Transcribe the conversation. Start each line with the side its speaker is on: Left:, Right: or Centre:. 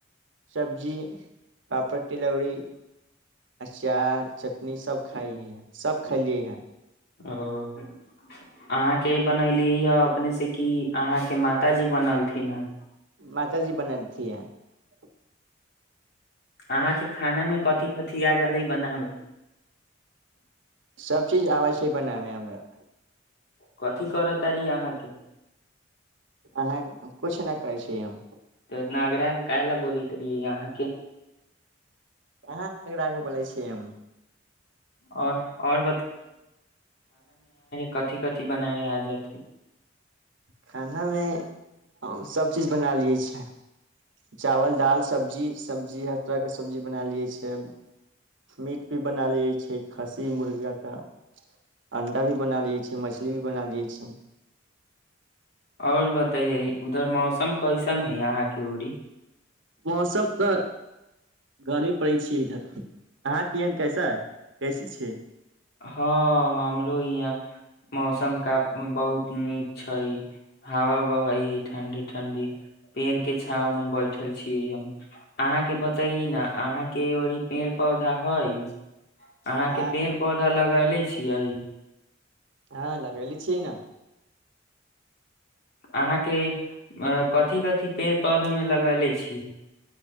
Right: सब्जी पापड़ तिलौरी आचार चटनी सभ खाइै सभ खेलियै हे
Left: ओ अहाँके बनली हे अपने से कि अहाँके माताजी बनलथिन ह
Right: माताजी बलैंखिन छी
Left: अहाँके खाना मे कथी कथी आ जालै बनाब
Right: सभ चीज आबै छै बनामे हमरा
Left: कथी करत आरी अहाँके
Right: अहाँ कुछ नहि करै छी हम
Left: इना आगराह के काह लए बोलैत रहिय यहाँके
Right: कहा अग्रा के बोलै छिय
Left: और और कथी कथी बनाब आ जाइ
Right: खानामे सभ चीज बना लै छै। चावल दाल सब्जी सब्जी हर तरहके सब्जी बना लै छै। मीट भी बना लै छै। खस्सी मुर्गाके अंडा भी बना लै छै। मछली भी बना लै छै।
Left: आओर बताै उधर मौसम कैसन है यहा क हो
Right: मौसम तऽ गर्मी पड़ै छै। इधर अहाँ किहन कैसे कैसे छियै
Left: हँ हमरो यहाँ मौसम काफ बहुत नीक छै। हवा बहै हइ ठंडी ठंडी पेड़ के छाव मे बैठल छीयै हम अहाँके बतैये न अहाँके ड़ पेड़ पौधा हइ अहाँके
Right: हँ
Left: पेड़ पौधा लगले छियै
Right: हँ लगेेली छिय ने
Left: अहाँ के अ कथी कथी पेड़ पौधा मे लगेले छियै